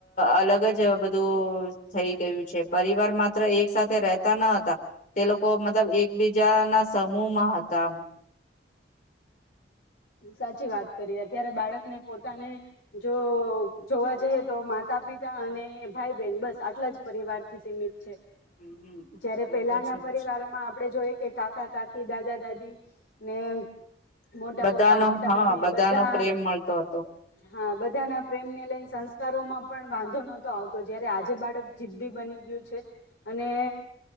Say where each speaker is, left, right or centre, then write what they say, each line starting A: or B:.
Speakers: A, on the left; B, on the left.
A: અલગ જ બધું થઈ ગયું છે. પરિવાર માત્ર એક સાથે રહેતા ન હતા, તે લોકો મતલબ એકબીજાના સમૂહમાં હતા આમ.
B: સાચી વાત કરીએ અત્યારે બાળકને પોતાને જો જોવા જઈએ તો માતા-પિતા અને, ભાઈ-બહેન બસ આટલા જ પરિવારથી સીમિત છે.
A: હમ
B: જયારે
A: એ
B: પેલાના
A: તો છે જ.
B: પરિવારમાં આપડે જોઈએ કે કાકા-કાકી દાદા-દાદી ને મોટા
A: બધાનો
B: પપ પપ્પા, મોટા
A: હા
B: મમ્મી
A: બધાનો
B: બધા
A: પ્રેમ મળતો હતો
B: હા બધાના પ્રેમને લઈને સંસ્કારોમાં પણ વાંધો નતો આવતો. જ્યારે આજે બાળક જિદદી બની ગયું છે, અને